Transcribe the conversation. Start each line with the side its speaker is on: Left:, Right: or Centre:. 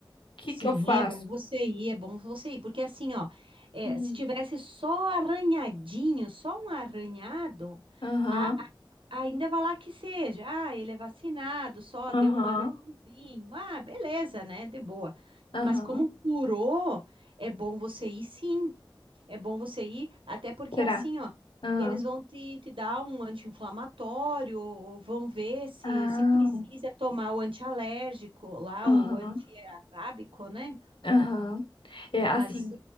Left: que
Right: Sim,
Left: que eu faço?
Right: é bom você ir, é bom você ir, porque assim, ó, é,
Left: Hum.
Right: se tivesse só arranhadinho, só um arranhado,
Left: Aham,
Right: a- a- ainda vai lá que seja, ah, ele é vacinado, só deu
Left: aham,
Right: um arranhãozinho, ah, beleza, né, de boa.
Left: aham.
Right: Mas como curou, é bom você ir sim. É bom você ir, até porque
Left: Será?
Right: assim, ó,
Left: Aham,
Right: eles vão te, te dar um anti-inflamatório, ou vão ver se,
Left: ah,
Right: se precisa tomar o antialérgico lá,
Left: aham,
Right: o antiarábico, né?
Left: aham. É, assim,
Right: Mas,